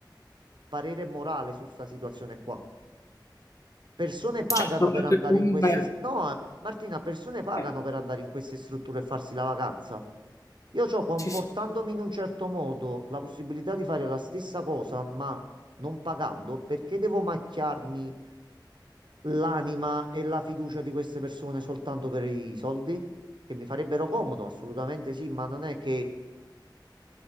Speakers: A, on the right (about 75°); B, on the left (about 40°).
A: parere morale su sta situazione qua. Persone pagano
B: Certo,
A: per
B: perché
A: andare
B: comunque
A: in queste... No, eh, Martina, persone pagano
B: eh,
A: per andare in queste strutture e farsi la vacanza. Io c'ho, comportandomi
B: sì, sì, sì.
A: in un certo modo, la possibilità di fare la stessa cosa, ma non pagando, perché devo macchiarmi l'anima e la fiducia di queste persone soltanto per i soldi? Che mi farebbero comodo, assolutamente sì, ma non è che